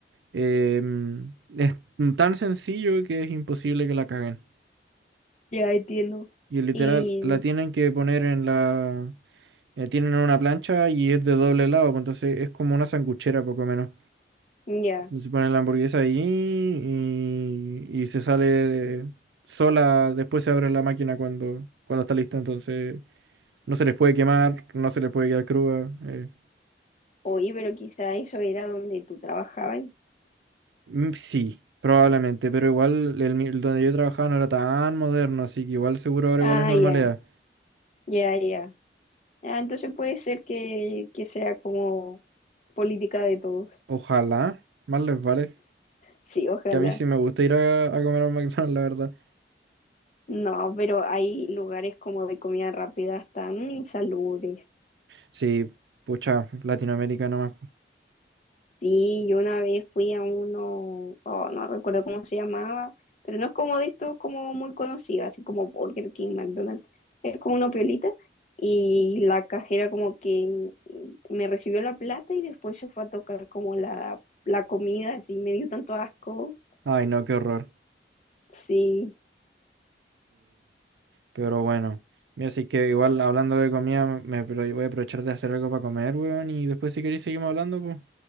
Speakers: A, on the right; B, on the left.
A: em, es tan sencillo que es imposible que la caguen.
B: Ya entiendo.
A: Y literal,
B: Y
A: la tienen que poner en la, eh, tienen una plancha y es de doble lado, pues entonces es como una sanguchera poco menos.
B: ya,
A: Se pone la hamburguesa ahí y, y se sale sola, después se abre la máquina cuando, cuando está lista, entonces no se les puede quemar, no se les puede quedar cruda. eh.
B: oí, pero quizá eso era donde tú trabajabas.
A: Mm, Sí, probablemente, pero igual el, mi- el donde yo trabajaba no era tan moderno, así que igual seguro ahora
B: Ah,
A: igual es normalidad.
B: ya, ya, ya. Ah, entonces puede ser que, que sea como política de todos.
A: Ojalá, más les vale,
B: Sí, ojalá.
A: que a mí sí me gusta ir a, a comer al <laughs> McDonald's, la verdad.
B: No, pero hay lugares como de comida rápida tan insalubres.
A: Sí, pucha, Latinoamérica nomás.
B: Sí, yo una vez fui a uno, oh, no recuerdo cómo se llamaba, pero no es como de estos como muy conocido, así como Burger King, McDonald's, es como una piolita y la cajera como que me recibió la plata y después se fue a tocar como la, la comida, así me dio tanto asco.
A: Ay, no, qué horror.
B: Sí,
A: Pero bueno, mira, así que igual hablando de comida, me apro- voy a aprovechar de hacer algo para comer, weón, y después si queréis seguimos hablando, pues.